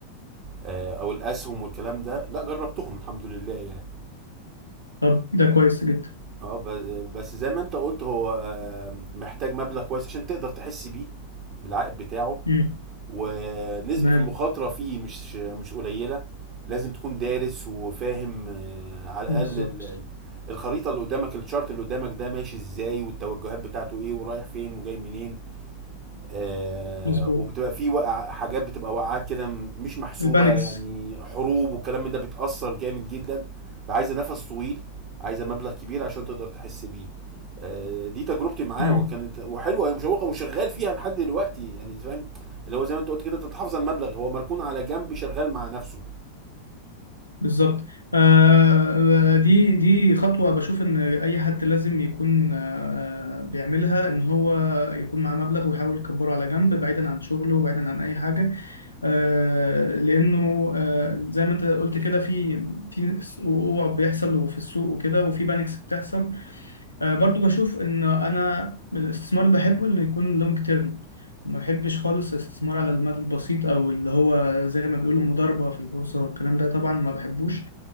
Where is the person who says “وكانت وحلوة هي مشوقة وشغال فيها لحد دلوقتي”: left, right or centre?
Right